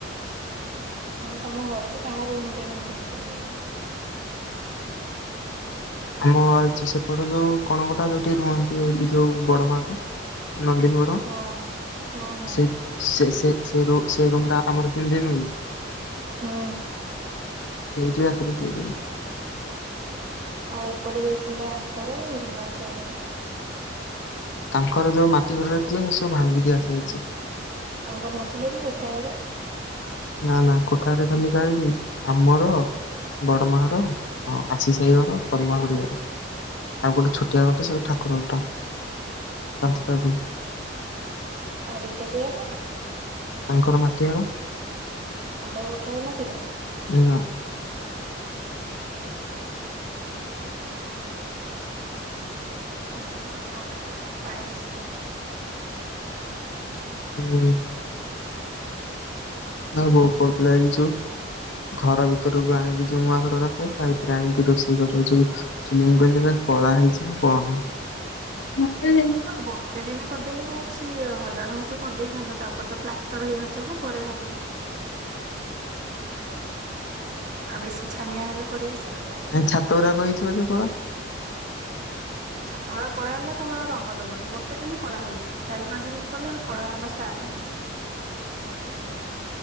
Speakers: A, on the right; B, on the left.
A: ମାନେ ତମ ଘରେ ଯେ କାହା ରୁମ ରେ ମାନେ ଧଉଛନ୍ତି ଦେଇନି।
B: ଆମ ସେପଟ ଯୋଉ କଣକୋଟା ଯୋଉଠି ରୁହନ୍ତି ହଉଛି ଯୋଉ ବଡ ମାର ନନ୍ଦୀନ ଗଡ
A: ହଁ। ହଁ ହଁ
B: ସେ ସେ ସେ ସେଇ ରୁମ ଟା ଆମର କେମିତି ନୁହେଁ କି।
A: ହୁଁ
B: ସେଇଠି ରାତିରେ ଶଉଛନ୍ତି।
A: ଆଉ ଏପଟେ ଯୋଉ ଥିଲା ଆଙ୍କର ହିମାଂଶୁ ଭାଇ ଘର।
B: ତାଙ୍କର ଯୋଉ ମାଟି ଘରରା ଥିଲା ସେ ସବୁ ଭାଙ୍ଗି ଦିଆ ଯାଇଛି।
A: ତାଙ୍କର ନଥିଲା କି କୋଠାଘର।
B: ନା ନା କୋଠାଘର ଖାଲି କାହାରି କି ଆମର ବଡମା ଘର ଆଉ ଆସିସ ଭାଇଘର ପଦ୍ମାଖୁଡି ଘର। ଆଉ ଗୋଟେ ଛୋଟିଆ ଘରଟା ସେଟା ଠାକୁର ଘରଟା ପାଞ୍ଚଟା ରୁମ୍।
A: ଆଉ ବିକାଶ ଭାଈଘର।
B: ତାଙ୍କର ମାଟିଘର।
A: ତାଙ୍କର କୋଠାଘର ନଥିଲା।
B: ଉ ନା
A: <inaudible> ଭଲ ଆଠିକ ପାଣି ବସିଲି।
B: ହୁଁ ହଁ ହୋଉ ବହୁତ ଲାଗଛୁ। ଘର ଭିତରକୁ ଆଣିକି ଯୋଉ ନୂଆ ଘର ରଖ ତା ଭିତରେ ଆଣିକି ରୋଷେଇ କରି ଦୋଉଛନ୍ତି। ଫିଲମ କହିଲା କଳା ହେଇଯିବ କଣ। ମତେ
A: ଗୋଟେ ଦିନ କରିଦେଲେ କଣ ଅଛି ହଇରାଣ ହଉଛ କରିଦେଇଥାନ୍ତ ତାପରେ ତ ପ୍ଲାଷ୍ଟ ତାର ହେଇନଥିବ ନା ପରେ ହବ। ଆଉ ବେଶୀ ଛାନିଆ ହେଲେ କରିବ ସେ ଆଉ। କଣ କରିବ।
B: ନାଇ ଛାତ ପୁରା କହିଥିବ ଯେ କଣ
A: ଛା ତଳେ କଳା ହେଲା ତମର ରଙ୍ଗ ଦବନି ଗୋଟେ ଦିନ କଳା ହଉଛି। ଚାରି ପାଞ୍ଚ ଦିନ କଲେ କଳା ହବା ଷ୍ଟାର୍ଟ ହବ।